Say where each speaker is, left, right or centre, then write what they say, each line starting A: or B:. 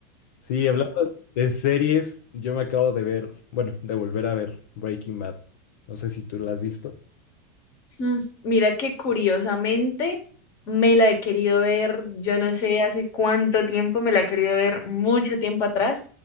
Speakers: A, on the left; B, on the left.
A: Sí, hablando de series, yo me acabo de ver, bueno, de volver a ver Breaking Bad. No sé si tú la has visto.
B: Mm, Mira que curiosamente me la he querido ver, yo no sé hace cuánto tiempo, me la he querido ver mucho tiempo atrás,